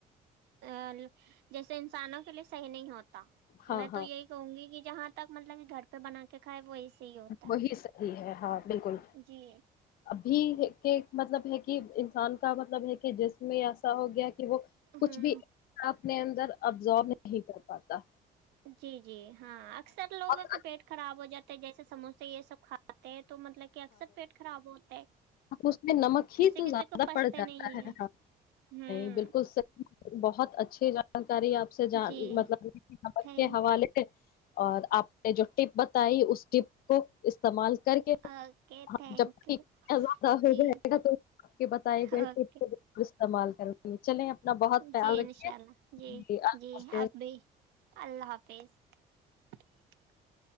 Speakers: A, on the right; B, on the left.
A: ا جیسے انسانوں کے لیے صحیح نہیں ہوتا
B: ہاں
A: میں
B: ہاں
A: تو یہی کہوں گی کہ جہاں تک مطلب کہ گھر پہ بنا کے کھائے وہی سے ہی ہوتا
B: وہی
A: ہے
B: صحیح ہاں بالکل
A: جی
B: ابھی کہ مطلب ہے کہ انسان کا مطلب ہے کہ جسم میں ایسا ہو گیا کہ وہ کچھ
A: ہوں
B: بھی آپ نے اندر ابزارو نہیں کر پاتا
A: جی جی ہاں اکثر لوگوں
B: اور
A: کے پیٹ خراب ہو جاتے ہیں جیسے سموسے یہ سب کھاتے ہیں تو مطلب کہ اکثر پیٹ خراب ہوتا ہے
B: اس میں نمک
A: کسی
B: ہی تو زیادہ
A: کسی کو پچتے
B: پڑ جاتا
A: نہیں
B: ہے ہاں
A: ہوں
B: نہیں بالکل بہت اچھے جان <unintelligible> اری آپ سے جان
A: جی
B: مطلب کہ نمک
A: تھینک
B: کے حوالے اور آپ نے جو ٹپ بتائی اس ٹپ کو استعمال کر جب
A: اوکے تھینک یو
B: زدہ ہو
A: جی
B: جائے گا تو آپ بتائے گیا
A: اوکے
B: <unintelligible> استعمال کریںے چلیں بہت خیال
A: جی
B: رکھیے
A: انشاء اللہ جی
B: اللہ
A: جی
B: حافظ
A: اب بھی اللہ حافظ تیز <unintelligible>